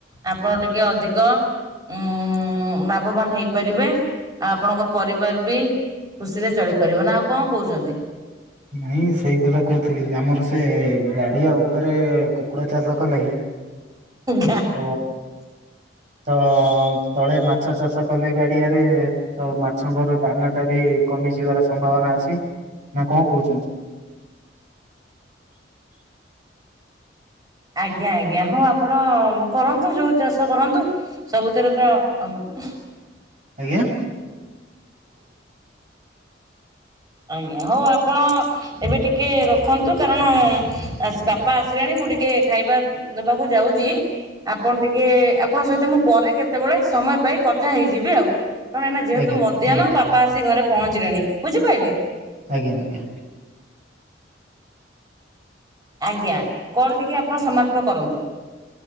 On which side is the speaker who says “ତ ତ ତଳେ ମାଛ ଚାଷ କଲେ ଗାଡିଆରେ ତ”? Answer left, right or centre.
Right